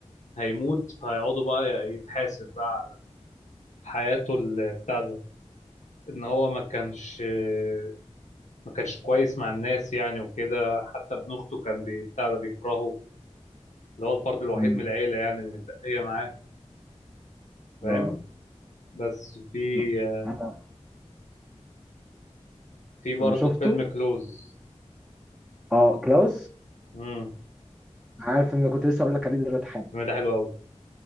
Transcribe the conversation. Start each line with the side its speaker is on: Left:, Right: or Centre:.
Left: هيموت فهيقعدوا بقى يتحاسب بقى على حياته ال- بتاع ده ان هو ما كانش آه، ما كانش كويس مع الناس يعني وكده حتى ابن اخته كان بي- بتاع ده بيكرهه اللي هو الفرد الوحيد
Centre: امم
Left: من العيلة يعني اللي متبقية معاه فاهم
Centre: اه
Left: بس في
Centre: لا،
Left: آه،
Centre: انا
Left: في برضه
Centre: انا شفته
Left: فيلم كلوز
Centre: اه كلاوس
Left: امم
Centre: عارف ان انا كنت لسه اقول لك عليه دلوقتي حالا
Left: الفيلم ده حلو قوي